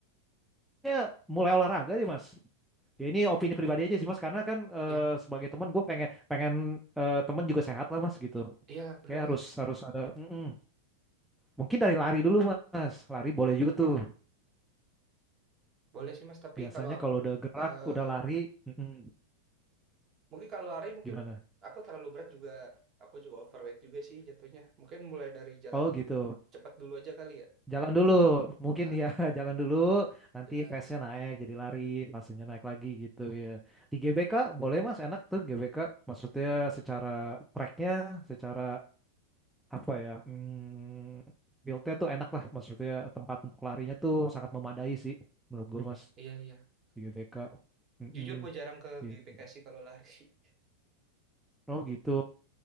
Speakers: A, in the centre; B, on the right.
A: kayaknya mulai olahraga sih mas ya ini opini pribadi aja sih mas karena kan eh,
B: iya,
A: sebagai teman gue pengen pengen eh, teman juga sehat lah mas gitu
B: iyalah bener
A: kayak
B: lah.
A: harus harus ada Mm-mm. mungkin dari lari dulu mas lari boleh juga tuh
B: Boleh sih mas. Tapi
A: biasanya
B: kalau aku
A: kalau udah gerak
B: eh
A: udah lari mm-mm.
B: mungkin kalau lari mungkin
A: gimana
B: aku terlalu berat juga. Aku juga overweight juga sih jatuhnya. Mungkin mulai dari jalan
A: oh gitu
B: cepat dulu aja kali ya.
A: jalan dulu mungkin
B: Ah,
A: ya <laughs> jalan dulu nanti
B: Jalan.
A: pace-nya naik jadi lari pace-nya naik lagi gitu ya di GBK boleh mas enak tuh GBK maksudnya secara tracknya secara apa ya hmm, build-nya tuh enak lah maksudnya tempat untuk larinya tuh sangat memadai sih menurut gue mas
B: Iya, iya.
A: di GBK Mm-mm.
B: Jujur gue jarang ke
A: gitu
B: GBK sih kalau lari. <laughs>
A: oh gitu